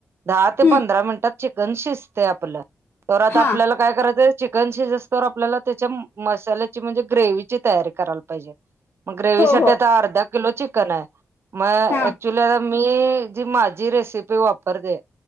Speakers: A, on the right (about 55°); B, on the left (about 50°).
A: दहा ते
B: हम्म
A: पंधरा मिनटात चिकन शिजतय आपलं, तवर आता
B: हा
A: आपल्याला काय करायच चिकन शिजोस्तर आपल्याला त्याच्या मसाल्याची म्हणजे ग्रेवची तयारी करायला - पाहिजे मग ग्रेवी
B: हो
A: साठी
B: हो
A: आता अर्धा किलो चिकन हाय. मग
B: हा
A: ऍक्चुली आता मी जी माझी रेसिपी वापरते-